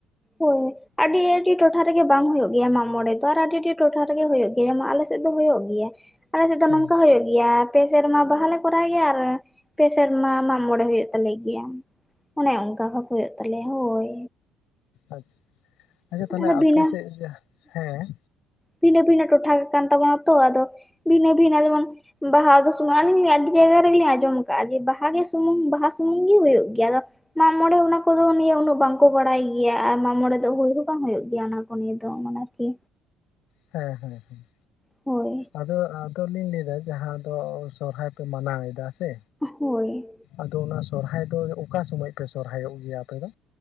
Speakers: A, in the centre; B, on the left.
A: ᱦᱳᱭ ᱟᱹᱰᱤ ᱰᱤ ᱴᱚᱴᱷᱟ ᱨᱮᱜᱮ ᱵᱟᱝ ᱦᱳᱭᱳᱜ ᱜᱮᱭᱟ ᱢᱟᱜ ᱢᱚᱬᱮ ᱫᱚ ᱟᱨ ᱟᱹᱰᱤ ᱟᱹᱰᱤ ᱴᱚᱴᱷᱟ ᱨᱮᱜᱮ ᱦᱳᱭᱳᱜ ᱜᱮᱭᱟ ᱟᱞᱮᱥᱮᱫ ᱫᱚ ᱦᱳᱭᱳᱜ ᱜᱮᱭᱟ᱾ ᱟᱞᱮ ᱥᱮᱫ ᱫᱚ
B: ᱦᱩᱸ
A: ᱱᱚᱝᱠᱟ ᱦᱳᱭᱳᱜ ᱜᱮᱭᱟ᱾ ᱯᱮ ᱥᱮᱨᱢᱟ ᱵᱟᱦᱟ ᱞᱮ ᱠᱚᱨᱟᱣ ᱜᱮᱭᱟ ᱟᱨ ᱯᱮ ᱥᱮᱨᱢᱟ ᱢᱟᱜ ᱢᱚᱬᱮ ᱦᱳᱭᱳᱜ ᱛᱟᱞᱮ ᱜᱮᱭᱟ᱾ ᱚᱱᱮ ᱚᱱᱠᱟ ᱵᱷᱟᱵᱽ ᱦᱳᱭᱳᱜ ᱛᱟᱞᱮᱭᱟ ᱦᱳᱭ᱾
B: ᱟᱪ ᱟᱪᱪᱷᱟ ᱛᱟᱦᱟᱞᱮ
A: ᱟᱫᱚ
B: ᱟᱯᱮ
A: ᱵᱷᱤᱱᱟᱹ
B: ᱥᱮᱫ ᱡᱟᱦ ᱦᱮᱸ,
A: ᱵᱷᱤᱱᱟᱹ ᱵᱷᱤᱱᱟᱹ ᱴᱚᱴᱷᱟ ᱜᱮ ᱠᱟᱱ ᱛᱟᱵᱚᱱᱟ ᱛᱚ ᱟᱫᱚ ᱵᱷᱤᱱᱟᱹ ᱵᱷᱤᱱᱟᱹ ᱡᱮᱢᱚᱱ, ᱵᱟᱦᱟ ᱫᱚ ᱥᱩᱢᱟᱱ ᱜᱮᱭᱟ ᱟᱹᱰᱤ ᱡᱟᱭᱜᱟ ᱨᱮᱜᱮᱞᱤᱧ ᱟᱸᱡᱚᱢ ᱠᱟᱜᱼᱟ ᱡᱮ ᱵᱟᱦᱟ ᱜᱮ ᱥᱩᱢᱩᱝ ᱵᱟᱦᱟ ᱥᱩᱢᱩᱝ ᱜᱮ ᱦᱳᱭᱳᱜ ᱜᱮᱭᱟ ᱟᱫᱚ᱾ ᱢᱟᱜ ᱢᱚᱬᱮ ᱚᱱᱟ ᱠᱚᱫᱚ ᱱᱤᱭᱟᱹ ᱩᱱᱟᱹᱜ ᱵᱟᱝᱠᱚ ᱠᱚᱨᱟᱭ ᱜᱮᱭᱟ ᱟᱨ ᱢᱟᱜ ᱢᱚᱬᱮ ᱫᱚ ᱦᱳᱭ ᱦᱚᱸ ᱵᱟᱝ ᱦᱳᱭᱳᱜ ᱜᱮᱭᱟ ᱚᱱᱟ ᱠᱚ ᱱᱤᱭᱟᱹ ᱫᱚ᱾ ᱮᱢᱚᱱ ᱟᱨᱠᱤ,
B: ᱦᱮᱸ ᱦᱮᱸ ᱦᱮᱸ᱾
A: ᱦᱳᱭ,
B: ᱟᱫᱚ ᱟᱫᱚᱞᱤᱧ ᱞᱟᱹᱭᱫᱟ ᱡᱟᱦᱟᱸ ᱫᱚ ᱥᱚᱦᱨᱟᱭ ᱯᱮ ᱢᱟᱱᱟᱣ ᱮᱫᱟ ᱥᱮ,
A: ᱦᱳᱭ,
B: ᱟᱫᱚ ᱚᱱᱟ ᱥᱚᱦᱨᱟᱭ ᱫᱚ ᱚᱠᱟ ᱥᱩᱢᱟᱹᱡ ᱯᱮ ᱥᱚᱦᱨᱟᱭᱚᱜ ᱜᱮᱭᱟ ᱟᱯᱮ ᱫᱚ?